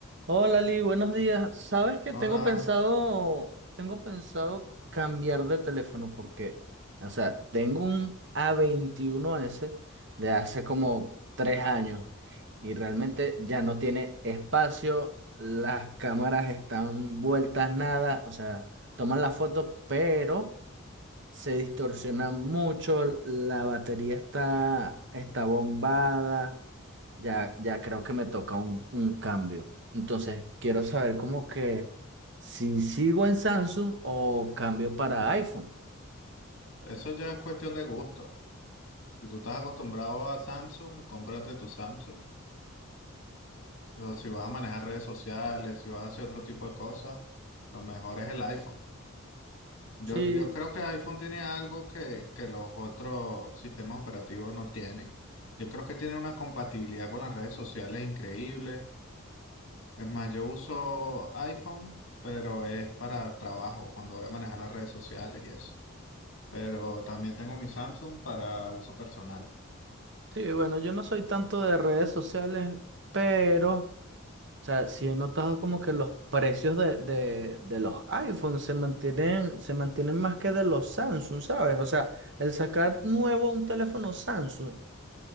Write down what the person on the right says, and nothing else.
Hola Lee, buenos días. Sabes que
tengo pensado, tengo pensado cambiar de teléfono porque, o sea, tengo un a veintiuno s de hace como tres años y realmente ya no tiene espacio, las cámaras están vueltas nada, o sea, toman la foto, pero se distorsiona mucho, la batería está, está bombada. Ya, ya creo que me toca un, un cambio. Entonces, quiero saber como que si sigo en Samsung o cambio para iPhone.
Sí,
sí, bueno, yo no soy tanto de redes sociales, pero, o sea, sí he notado como que los precios de, de, de los iPhones se mantienen, se mantienen más que de los Samsung, ¿sabes? O sea, el sacar nuevo un teléfono Samsung.